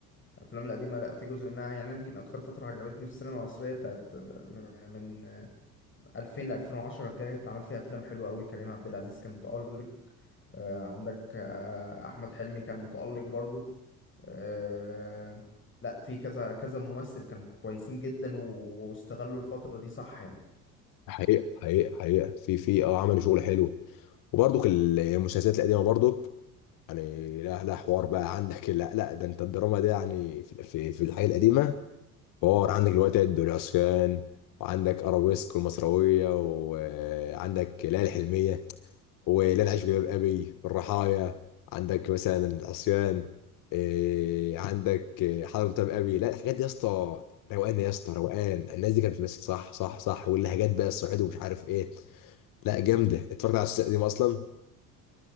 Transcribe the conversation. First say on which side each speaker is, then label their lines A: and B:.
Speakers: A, on the left; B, on the left.
A: الأفلام القديمة لأ في جزء منها يعني يمكن أكتر فترة عجبتني في السينما المصرية بتاعت آه، م- من آه، 2000 ل 2010 كده اتعمل فيها أفلام حلوة قوي كريم عبد العزيز كان متألق آه، عندك آه، أحمد حلمي كان متألق برضو آه، لأ في كذا كذا ممثل كانوا كويسين جدا واستغلوا الفترة دي صح يعني
B: حقيقة حقيقة حقيقة في في اه عملوا شغل حلو وبرضك المسلسلات القديمه برضك يعني لا لا حوار بقى عندك لا لا ده انت الدراما ده يعني في في, في الحياه القديمه حوار عندك الوتد والعصيان وعندك ارابيسك والمصراويه وعندك ليالي الحلميه وليالي العيش في جلباب ابي والرحايا عندك مثلا العصيان إيه، عندك إيه، حضرة متابع ابي لا الحاجات دي يا اسطى روقان يا اسطى روقان الناس دي كانت بتمثل صح صح صح واللهجات بقى الصعيد ومش عارف ايه لا جامده اتفرجت على السلسله دي اصلا